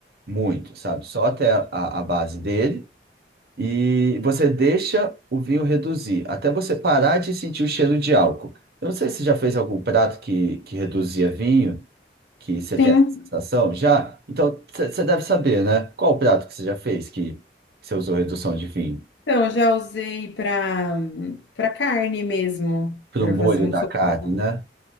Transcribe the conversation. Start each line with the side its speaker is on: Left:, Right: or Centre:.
Right: muito, sabe? Só até a, a base dele. E você deixa o vinho reduzir, até você parar de sentir o cheiro de álcool. Eu não sei se você já fez algum prato que, que reduzia vinho que você
Left: Sim.
Right: tem essa sensação? Já? Então, você você deve saber, né? Qual o prato que você já fez que você usou redução de vinho?
Left: Então eu já usei para para carne mesmo,
Right: Pro
Left: para
Right: molho
Left: fazer um
Right: da
Left: sopá,
Right: carne, né?